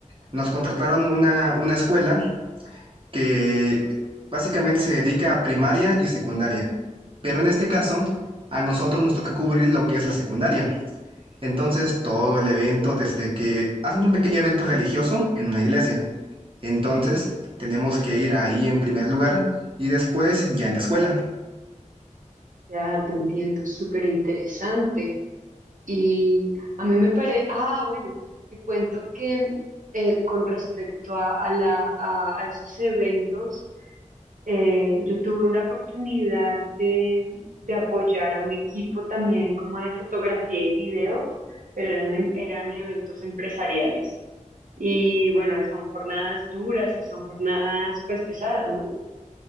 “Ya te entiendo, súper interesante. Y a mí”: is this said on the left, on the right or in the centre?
Right